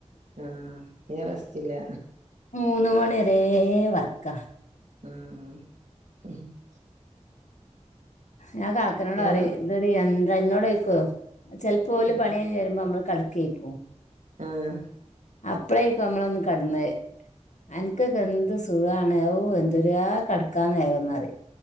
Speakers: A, on the right; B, on the left.
A: ആഹ് പിന്നെ റെസ്റ്റില്ല
B: മൂന്ന് മണ്യരേ വർക്ക.
A: മ്മ്.
B: ഞാൻ കാക്കനോട്
A: എന്നും
B: പറിം ഇതൊരു യന്ത്ര എന്നോടോയിക്കും ചെൽപോ ല്
A: ഉം
B: പണ്യയ്ഞ്ഞ് വരുമ്പോ അമ്മള് കട് ക്കേക്കും.
A: ആഹ്.
B: അപ്പളേയ്ക്കും നമ്മളൊന്ന് കട്ന്നെ അൻ ക്കൊക്കെ എന്ത്‌ സുഖാണ് ഓ എന്തൊര് ആ കെടക്കാന്ന് നേരംന്നറിം.